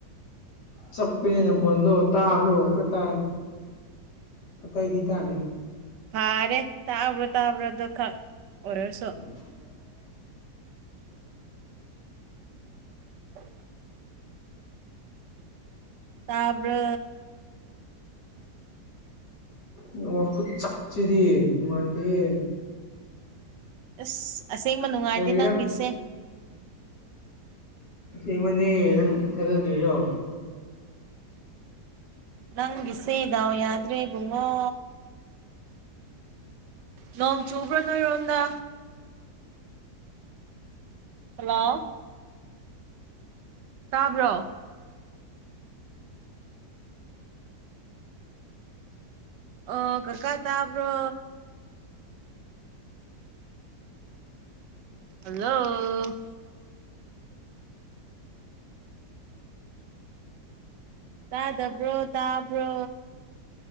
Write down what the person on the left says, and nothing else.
ꯆꯞꯄꯦꯅꯦ ꯅꯈꯣꯟꯗꯣ ꯇꯥꯕ꯭ꯔꯣ ꯍꯦꯛꯇ ꯇꯥꯏ ꯑꯇꯩꯗꯤ ꯇꯥꯗꯦ
<unintelligible>
ꯅꯦꯠꯋꯥꯛ ꯈꯨꯠꯆꯞꯁꯤꯗꯤ ꯅꯨꯡꯉꯥꯏꯇꯦꯍꯦ
ꯀꯔꯤꯔ
ꯑꯁꯦꯡꯃꯅꯦ ꯅꯪ ꯊꯥꯖꯗ꯭ꯔꯤꯔꯣ